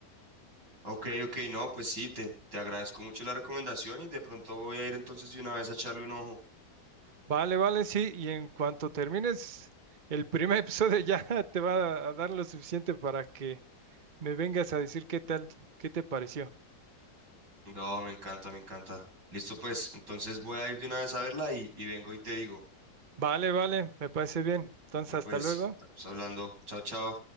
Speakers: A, on the right; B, on the right.
A: Ok, ok, no, pues sí, te, te agradezco mucho la recomendación y de pronto voy a ir entonces de una vez a echarle un ojo.
B: Vale, vale, sí, y en cuanto termines el primer episodio ya <laughs> te va a dar lo suficiente para que me vengas a decir qué tal, qué te pareció.
A: No, me encanta, me encanta. Listo, pues, entonces voy a ir de una vez a verla y, y vengo y te digo.
B: Vale, vale, me parece bien. Entonces,
A: No,
B: hasta
A: pues,
B: luego.
A: estamos hablando. Chao, chao.